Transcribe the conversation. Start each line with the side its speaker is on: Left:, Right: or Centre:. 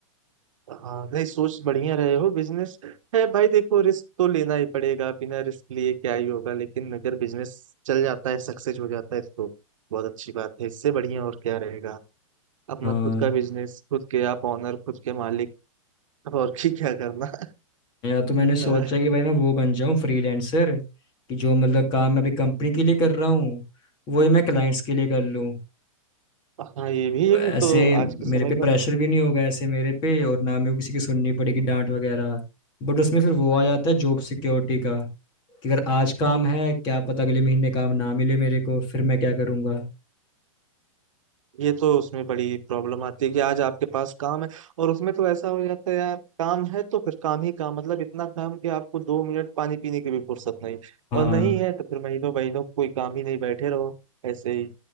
Right: हाँ नहीं सोच बढ़िया रहे हो बिजनेस है भाई देखो रिस्क तो लेना ही पड़ेगा बिना रिस्क लिए क्या ही होगा लेकिन अगर बिजनेस चल जाता है सक्सेस हो जाता है तो बहुत अच्छी बात है इससे बढ़िया और क्या रहेगा अपना
Left: हाँ
Right: खुद का बिजनेस खुद के आप ऑनर खुद के मालिक अब और की क्या करना
Left: या तो मैंने सोचा
Right: अ,
Left: कि भाई मैं वो बन जाऊं फ्रीलांसर कि जो मतलब काम मैं अभी कंपनी के लिए कर रहा हूँ वही मैं क्लाइंट्स के लिए कर लूँ
Right: हाँ ये भी है
Left: ऐसे
Right: कि तो आज के समय
Left: मेरे पे प्रेशर
Right: का
Left: भी नहीं होगा ऐसे मेरे पे और ना मेरे को किसी की सुननी पड़ेगी डांट वगैरह बट उसमें फिर वो आ जाता है जॉब सिक्योरिटी का कि अगर आज काम है क्या पता अगले महीने काम ना मिले मेरे को फिर मैं क्या करूँगा
Right: ये तो उसमें बड़ी प्रॉब्लम आती है कि आज आपके पास काम है और उसमें तो ऐसा हो जाता है यार काम है तो फिर काम ही काम मतलब इतना काम कि आपको दो मिनट पानी पीने की भी फुर्सत नहीं
Left: हाँ
Right: और नहीं है तो फिर महीनों महीनों कोई काम ही नहीं बैठे रहो ऐसे ही